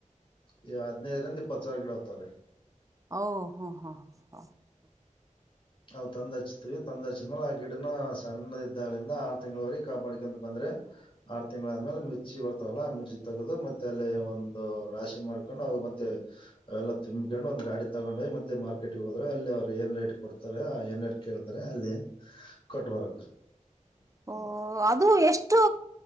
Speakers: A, on the left (about 40°); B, on the right (about 25°).
A: ಈ ಹದ್ನೈದರಿಂದ ಇಪ್ಪತ್ ಸರ ಗಿಡ ಹತ್ತಾರ
B: ಓ ಹ ಹಾ ಹ ಹ
A: ಅವು ತಂದ ಹಚ್ತೀವಿ ತಂದ್ ಹಚ್ಚಿದ ಮೇಲೆ ಆ ಗಿಡನ ಸಣ್ಣದ ಇದ್ದಾಗಲಿಂದ ಆರು ತಿಂಗಳವರೆಗೆ ಕಾಪಾಡಿಕಂತ ಬಂದ್ರೆ ಆರು ತಿಂ್ಗಳಾದ ಆದ್ಮೇಲೆ ಹಚಿ ಬರ್ತಾವಲ್ಲ ಆ ಮಿರ್ಚಿ ತಗದು ಮತ್ತೆ ಅಲ್ಲಿ ಒಂದು ರಾಶಿ ಮಾಡ್ಕೊಂಡು ಅವ ಮತ್ತೆ ಅವೆಲ್ಲ ತುಂಬ ಕೊಂಡ್ ಒಂದ್ ಗಾಡಿ ತಗೊಂಡ್ೋಗ್ ಮತ್ತೆ ಮಾರ್ಕೆಟ್ ಹೋದ್ರ ಅಲ್ಲಿ ಅವರು ಏನ್ ರೇಟ್ ಕೊಡ್ತಾರೆ ಏನ್ ರೇಟ್ ಕೇಳ್ತಾರೆ ಅಲ್ಲಿ ಕಟ್ ಮಾಡರ
B: ಓ ಅದು ಎಷ್ಟು